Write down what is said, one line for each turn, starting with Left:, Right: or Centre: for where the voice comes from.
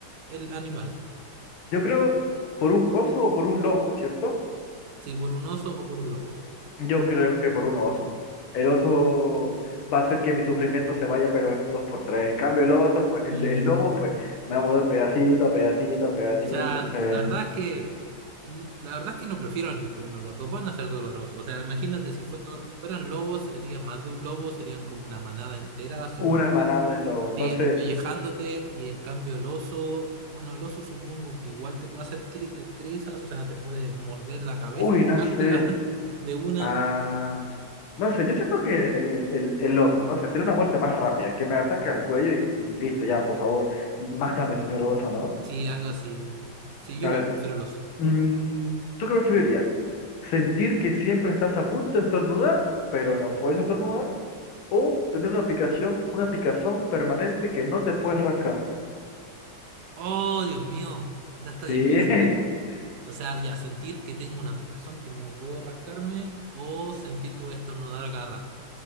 Right: el animal.
Left: Yo creo por un oso o por un lobo, ¿cierto?
Right: Sí, por un oso o por un lobo.
Left: Yo creo que por un oso. El oso va a hacer que mi sufrimiento se vaya, pero en un dos por tres En cambio, el oso, pues,
Right: Mm,
Left: el, el lobo, pues, me va a morder pedacito a pedacito a pedacito.
Right: O sea,
Left: Entonces,
Right: la verdad es que n- la verdad es que no prefiero a ninguno, los dos van a ser dolorosos. O sea, imagínate si fuera- fueran lobos, sería más de un lobo, serían como una manada entera, así
Left: una
Right: como
Left: manada del lobo. Entonces,
Right: sí, despellejándote, y en cambio el oso, bueno, el oso supongo que igual te puede hacer tri- eh, trizas, o sea, te puede morder la cabeza,
Left: uy,
Right: y sacártela
Left: no sé.
Right: <laughs> de una.
Left: Ah, no sé, yo siento que el, el, el, el oso, no sé, sería una muerte más rápida, que me ataque al cuello y, y listo, ya, por favor, mátame, señor oso, ¿no?
Right: Sí, algo así. eh. Sí, yo
Left: A
Right: igual
Left: ver,
Right: prefiero el oso.
Left: mm, ¿tú qué preferirías? ¿Sentir que siempre estás a punto de estornudar, pero no puedes estornudar? o tener una picación, una picazón permanente que no te puedes rascar.
Right: Oh, Dios mío, esa está
Left: Sí,
Right: difícil.
Left: <laughs>
Right: O sea, ya sentir que tengo una picazón que no puedo rascarme o sentir que voy a estornudar a cada rato.